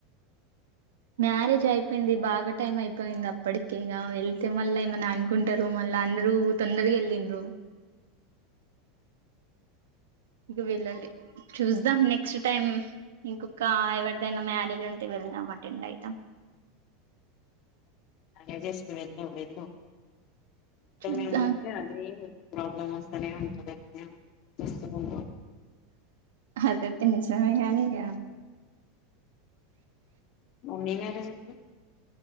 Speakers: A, on the right; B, on the left.
A: మ్యారేజ్ అయిపోయింది బాగా టైం అయిపోయింది అప్పట కింగా వెళ్తే మళ్ళా ఏమన్నా అనుకుంటారు మళ్ళా అందరూ తొందరగా వెళ్ళిండ్రు ఇగ వెల్లలే చూద్దాం నెక్స్ట్ టైం ఇంకొక ఎవరిదైనా మ్యారేజ్ ఉంటే వెళ్దాం అటెండ్ అయితాం
B: అ జస్ట్ వెళ్ళు వెళ్ళు ఇంట్లో
A: చూద్దాం
B: నే ఉంటే అదే ఉ ప్రాబ్లం వస్తానే ఉంటది <unintelligible>
A: అదైతే నిజమే కానీ ఇగ
B: మా మీ మ్యారేజ్ ఎప్పు